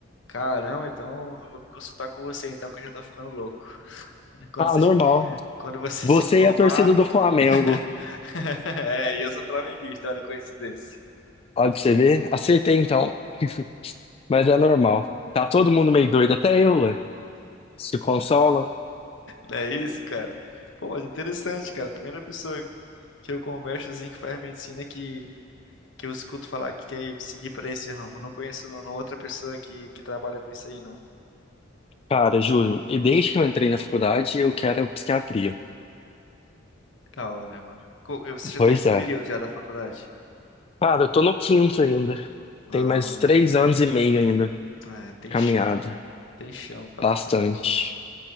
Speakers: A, on the left; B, on the left.
A: Caramba, então eu vou me consultar com você, então, que eu já tô ficando louco. <laughs> Quando
B: Ah,
A: você,
B: normal.
A: quando você
B: Você
A: se formar.
B: e a torcida do Flamengo.
A: <laughs> É, e eu sou flamenguista, olha a coincidência.
B: Olha pra você ver. Acertei então, <laughs> mas é normal. Tá todo mundo meio doido, até eu, ué. Se consola.
A: Não é isso, cara? Pô, mas interessante, cara. Primeira pessoa que eu converso assim que faz medicina que. que eu escuto falar que quer seguir para esse ramo. Não conheço não, não, é outra pessoa que, que trabalha com isso aí, não.
B: Cara, juro, e desde que eu entrei na faculdade, eu quero psiquiatria.
A: Da hora, mano. Co- Você já
B: Pois
A: tá em que
B: é.
A: período já da faculdade?
B: Cara, eu tô no quinto ainda.
A: Ah,
B: Tem mais três anos e meio ainda.
A: é, tem
B: Caminhada.
A: chão ainda. Tem chão pela
B: Bastante.
A: frente.